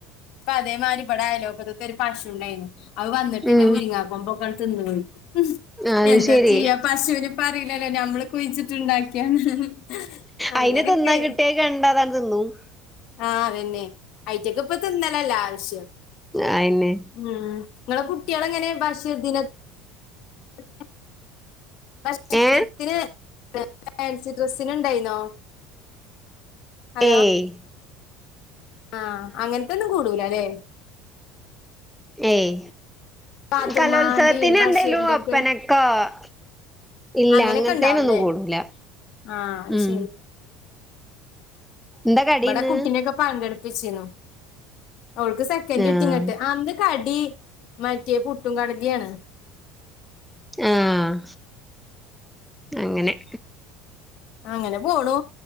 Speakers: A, on the left; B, in the centre.
A: അപ്പ അതേമാതിരിവിടെ അയലോകത്ത് ഒരു പശു ഉണ്ടായിരുന്നു അവ വന്നിട്ട്ന്റെ
B: ഉം
A: മുരിങ്ങുമ്പോൊക്കെ തിന്നു പോയി- ഉം
B: അത്
A: എന്താ
B: ശരി
A: ചെയ്യാ പശുവിനിപ്പറി യില്ലല്ലോ ഞമ്മള് കുഴിച്ചിട്ടുണ്ടാക്കിയാന്ന്- അങ്ങനൊക്കെ
B: അയിനെ തിന്നാൻ കിട്ടിയ കണ്ടാതാൻ തിന്നും-
A: ആഹ് അതന്നെ ഐറ്റക്ക ഇപ്പ തിന്നലല്ലോ ആവശ്യം-
B: ആയന്നേ-
A: ഉം നിങ്ങളെ കുട്ടികള എങ്ങനെ ബാഷീർ ദിന അ <inaudible> ബഷീർ
B: ഏ
A: ദിനത്തിന് ഫാൻസി ഡ്രസ്സിന് ഉണ്ടായിന്നോ- ഹലോ
B: ഏയ്-
A: ആഹ് അങ്ങനത്ത ഒന്നും കൂടുല അല്ലേ-
B: ഏയ്
A: പാത്തുമ്മാന്റെയും
B: കലോത്സവത്തിന്
A: ബഷീറിന്റെ
B: എന്തേലും ഒപ്പനൊക്കൊ-
A: ഒക്കെ
B: ഇല്ല
A: അങ്ങനെയൊക്കെ
B: അങ്ങനത്തേനൊന്നും
A: ഉണ്ടാവുംല്ലേ
B: കൂടൂല-
A: ആഹ്
B: ഉം
A: ശരി-
B: എന്താ കടീന്ന്
A: ഇവിടെ കുട്ടിനെക്കെ പങ്കെടുപ്പിച്ചിരുന്നു അവൾക്ക് സെ സെക്കൻഡ്
B: ആഹ്
A: കിട്ടി ന്നിട്ട് അന്ത് കടി മറ്റേ പുട്ടും കടലേകാണ്-
B: ആഹ് അങ്ങനെ-
A: അങ്ങനെ പോണു